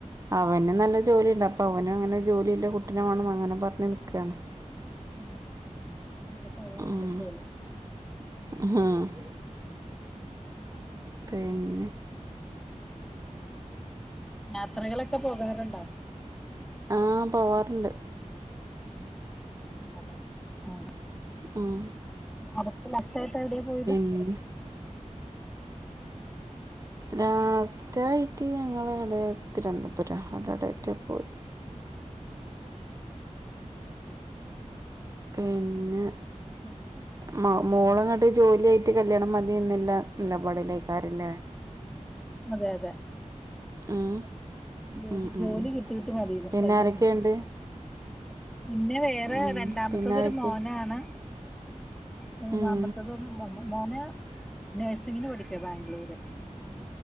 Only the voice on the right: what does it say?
അവനും നല്ല ജോലി ഉണ്ട്. അപ്പൊ അവനും അങ്ങനെ ജോലി ഇല്ലെ കുട്ടിനെ വേണം അങ്ങനെ പറഞ്ഞ് നിക്കാണ്.
ഉം.
ഉം
പിന്നെ
ആഹ് പോവാറ്ണ്ട്
ഉം
ഉം. ലാസ്റ്റായിട്ട് ഞങ്ങള് ഇടെ തിരുവന്തപുരം അവടെ ഡേറ്റെ പോയി.
പിൻ പിന്നെ.
മ മോള്ങ്ങട്ട് ജോലിയായിട്ട് കല്യാണം മതി ഇന്ന്ല്ല നിലപാടില്ലേക്കാരലെ
ഉം
ഉം ഉം
ഉം
പിന്നെ
ആരൊക്കെയുണ്ട്
ഉം
പിന്നെ ആരൊക്കെയാ
ഉം